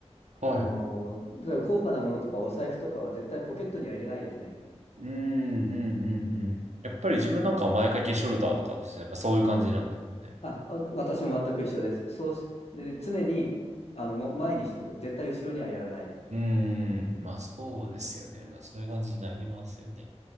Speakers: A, on the right; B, on the left.
A: はい。
B: あの、例えば高価なものとかお財布とかは絶対ポケットには入れないですね。
A: うん、うん、うん、うん。やっぱり自分なんかは前掛けショルダーとかですね、やっぱそういう感じなんですかね。
B: あ、わ私も全く一緒です。そうし、で、常に、あの、もう前にしとく。絶対後ろにはやらない。
A: うん、まあそうですよね。まあそういう感じになりますよね。